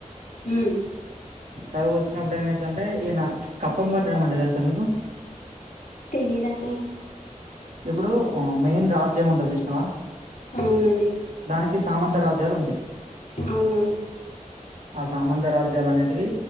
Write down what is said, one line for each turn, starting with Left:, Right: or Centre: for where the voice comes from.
Left: ఉమ్
Right: కరు వచ్చినప్పుడు ఏమైతుంటే ఈయన, కప్పం పట్టడం అంటే తెలుసా మీకు
Left: తెలియదండి,
Right: ఇప్పుడు మెయిన్ రాజ్యం ఉంటది చూసినావా,
Left: అవునండి
Right: దానికి సామంత రాజ్యాలు ఉంటాయి,
Left: అవునా
Right: ఆ సామంత రాజ్యాలు అనేటివి